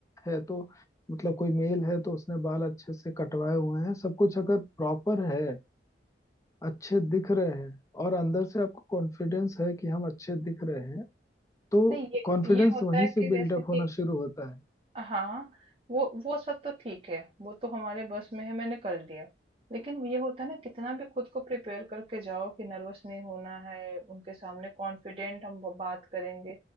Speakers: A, on the left (about 15°); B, on the right (about 30°).
A: है तो मतलब कोई मेल है तो उसने बाल अच्छे से कटवाए हुए हैं सब कुछ अगर प्रॉपर है अच्छे दिख रहे हैं और अंदर से आपको कॉन्फिडेंस है कि हम अच्छे दिख रहे हैं तो
B: नहीं ये
A: कॉन्फिडेंस
B: ये होता
A: वहीं
B: है
A: से
B: कि
A: बिल्डअप
B: जैसे कि
A: होना शुरू होता है
B: हाँ, वो वो सब तो ठीक है, वो तो हमारे बस में है, मैंने कर लिया। लेकिन ये होता है ना कितना भी खुद को प्रिपेयर करके जाओ कि नर्वस नहीं होना है, उनके सामने कॉन्फिडेंट हम ब- बात करेंगे,